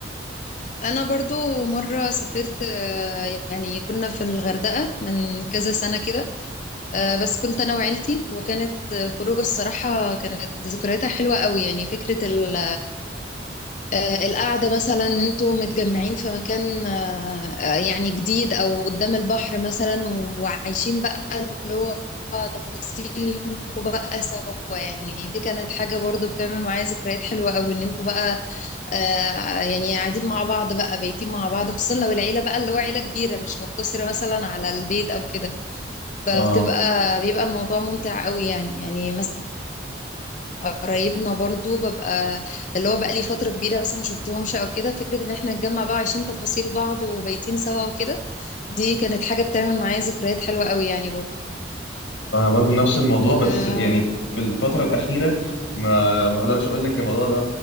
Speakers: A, on the left (about 40°); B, on the left (about 80°).
A: انا برضو مرة سافرت آه، يعني كنا في الغردقة من كذا سنة كده آه، بس كنت انا وعيلتي وكانت آه، خروجه الصراحه كانت ذكرياتها حلوه قوي يعني فكره ال- آه، القعده مثلا انتوا متجمعين في مكان آه، آه، يعني جديد او قدام البحر مثلا و- وعايشين بقى اللي هو تفاصيل يومكم بقى سوا يعني دي كانت حاجه برضو بتعمل معايا ذكريات حلوه قوي ان انتوا بقى آه، يعني قاعدين مع بعض بقى بايتين مع بعض خصوصا لو العيله بقى اللي هو عيله كبيره مش مقتصره مثلا على البيت او كده فبتبقى
B: اه
A: بيبقى الموضوع ممتع قوي يعني يعني مثلا قرايبنا برضو ببقى اللي هو بقى لي فترة كبيرة مثلا ما شفتهمش او كده فكرة ان احنا نتجمع بقى وعايشين تفاصيل بعض وبايتين سوا وكده دي كانت حاجة بتعمل معايا ذكريات حلوة قوي يعني برضو
B: انا برضو نفس الموضوع بس
A: آه...
B: يعني في الفتره الاخيره ما ما اقدرش اقول لك الموضوع ده